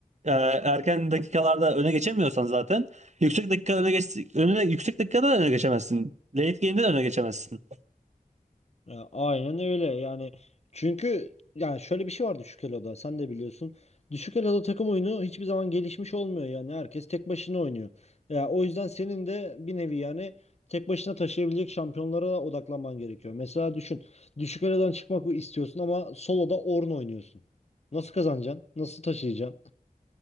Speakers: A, on the right; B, on the left.
A: e, erken dakikalarda öne geçemiyorsan zaten yüksek dakika öne geç önüne yüksek dakikada da öne geçemezsin. Late game'de de öne geçemezsin.
B: Ya, aynen öyle yani çünkü yani şöyle bir şey var düşük eloda sen de biliyorsun. Düşük eloda takım oyunu hiçbir zaman gelişmiş olmuyor yani herkes tek başına oynuyor. Ya, o yüzden senin de bir nevi yani tek başına taşıyabilecek şampiyonlara odaklanman gerekiyor. Mesela düşün düşük elodan çıkmak istiyorsun ama soloda Ornn oynuyorsun. Nasıl kazanacaksın? Nasıl taşıyacaksın?